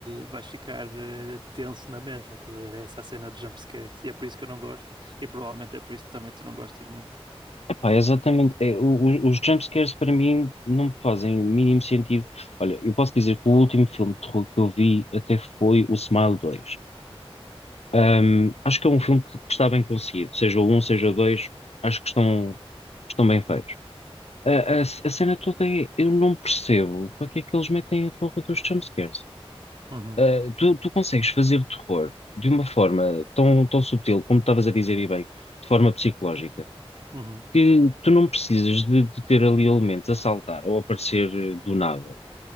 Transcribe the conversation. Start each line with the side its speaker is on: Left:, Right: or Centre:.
Right: vais ficar eh, tenso na mesma, estás a ver? É essa a cena de jumpscares e é por isso que eu não gosto e provavelmente é por isso que também tu não gostas muito.
Left: epá, exatamente. É, o- o- os jump para mim não me fazem o mínimo sentido. Olha, eu posso dizer que o último filme de terror que eu vi até foi o Smile 2. Um, acho que é um filme que, que está bem conseguido, seja o um, seja o dois, acho que estão, estão bem feitos. A, a- a cena toda é, eu não percebo para que é que eles metem a porra dos jumpscares.
Right: Uhum,
Left: Uh, tu, tu consegues fazer terror de uma forma tão, tão subtil, como estavas a dizer e bem, de forma psicológica,
Right: uhum.
Left: que tu não precisas de, de ter ali elementos a saltar ou a aparecer eh, do nada